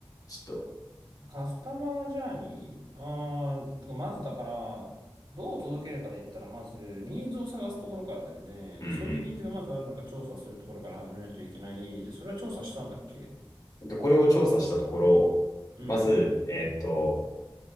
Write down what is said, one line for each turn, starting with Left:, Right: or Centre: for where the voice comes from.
Left: ちょっと、
Right: カスタマージャーニーあー、とか、まずだから、どう届けるかで言ったら、まず、ニーズを探すところからだよね。
Left: うん
Right: で、そういうニーズがまずあるのか調査するところから始めないといけない。で、それは調査したんだっけ
Left: うん。で、これを調査したところ、
Right: うん。
Left: まず、えっと、